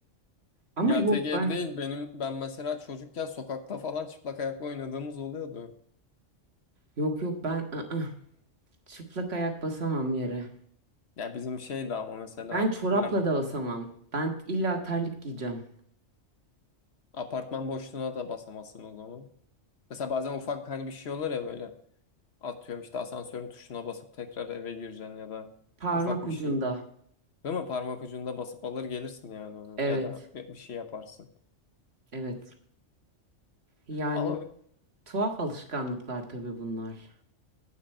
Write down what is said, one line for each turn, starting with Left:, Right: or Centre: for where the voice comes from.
Right: Ama
Left: ya
Right: yok
Left: tek ev
Right: ben
Left: değil benim ben mesela çocukken sokakta falan çıplak ayakla oynadığımız oluyordu
Right: yok yok ben ı-ı, çıplak ayak basamam yere.
Left: ya bizim şeydi ama mesela
Right: Ben çorapla
Left: mer-
Right: da basamam. Ben illa terlik giyeceğim.
Left: apartman boşluğuna da basamazsın o zaman mesela bazen ufak hani bir şey olur ya böyle Atıyorum işte asansörün tuşuna basıp tekrar eve gireceksin ya da
Right: Parmak
Left: ufak bir
Right: ucunda.
Left: şeyi. Değil mi? Parmak ucunda basıp alır gelirsin yani onu.
Right: Evet,
Left: Ya da bir bir şey yaparsın.
Right: evet. Yani
Left: Ama
Right: tuhaf alışkanlıklar tabii bunlar.